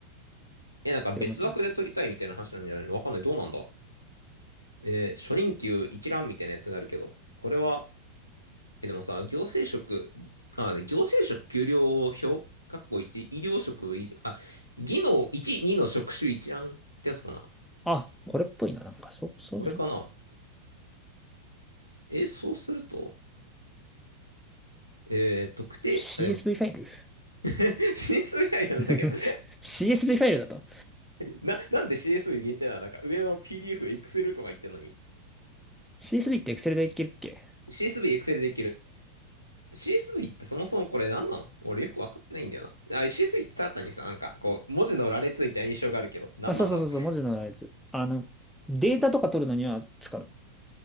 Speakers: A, on the left (about 85°); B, in the centre.
A: え、なんか別枠で取りたいみたいな話なんじゃないのわかんない。
B: て思っちゃう。
A: どうなんだえー初任給一覧みたいなやつがあるけど、これはえ、でもさ、行政職、あ、ね、行政職給料表かっこいち医療職、いあ、技能1、2の職種一覧ってやつかな。
B: あ、これっぽいな。なんか、そ、そうじゃね
A: これかな。え、そうすると、えー、特定、
B: CSV
A: あ、でも
B: ファイル
A: <laughs> CSV アイなんだけど、
B: <laughs> CSV ファイルだと。
A: な、なんで CSV 限定なのなんか上の PDF、Excel とか言ってんのに。
B: CSV って Excel でいけるっけ
A: CSV、Excel でいける。CSV ってそもそもこれ何なの俺よくわかってないんだよな。あ、CSV ってただ単にさ、なんかこう、文字の羅列みたいな印象があるけど、何なんだろう。
B: あ、そうそうそうそう、文字の羅列。あの、データとか取るのには使う。